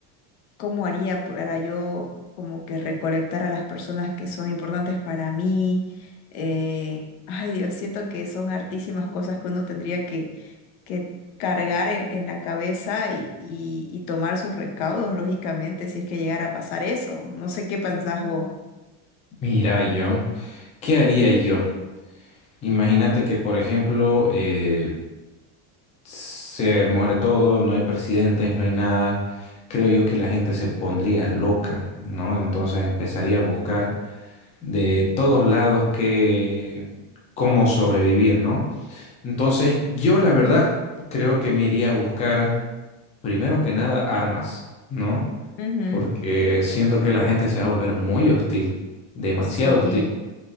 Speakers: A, on the left; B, on the left.
A: cómo haría para yo como que recolectar a las personas que son importantes para mí. Eh, ay Dios, siento que son hartísimas cosas que uno tendría que, que cargar en, en la cabeza y, y- y tomar sus recaudos, lógicamente, si es que llegara a pasar eso. No sé qué pensás vos.
B: Mira yo, ¿qué haría yo? Imagínate que, por ejemplo, eh, se muere todo, no hay presidentes, no hay nada, creo yo que la gente se pondría loca, ¿no? Entonces empezaría a buscar de todos lados que cómo sobrevivir, ¿no? Entonces, yo la verdad creo que me iría a buscar primero que nada armas, ¿no?
A: Ujú,
B: Porque siento que la gente se va a volver muy hostil, demasiado
A: Sí.
B: hostil.